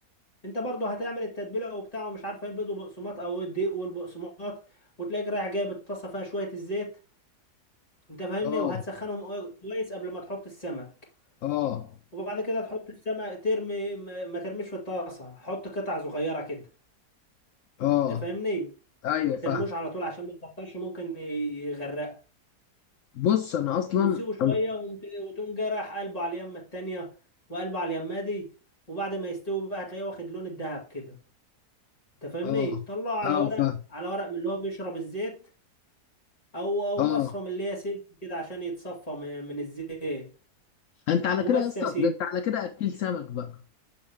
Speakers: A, on the left; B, on the left.
A: أنت برضو هتعمل التتبيلة وبتاع ومش عارف ايه البيض والبقسماط أو الدقيق والبقسماط وتلاقيك رايح جايب الطاسة فيها شوية الزيت أنت فاهمني
B: اه
A: وهتسخنهم قوي- كويس قبل ما تحط السمك
B: اه
A: وبعد كده تحط السمك ترمي ما ما ترميش في الطاسة حط قطع صغيرة كده
B: اه
A: أنت فاهمني
B: ايوه
A: ما
B: فاهم
A: ترموش على طول عشان ما يكترش ممكن ي- يغرقك
B: بص انا اصلا
A: وتسيبه شويه
B: أنا-
A: ومت- وتقوم جاي رايح قلبه على اليمه التانيه وقلبه على اليمه دي وبعد ما يستوي بقى هتلاقيه واخد لون الذهب كده انت فاهمني
B: اه
A: طلعه على
B: اه
A: ورق
B: فاهم
A: على ورق من اللي هو بيشرب الزيت او او
B: اه
A: مصفى من اللي هي سلك كده عشان يتصفى من من الزيت
B: انت على
A: وبس
B: كده يا اسطى
A: يا سيدي
B: ده انت على كده اكيل سمك بقى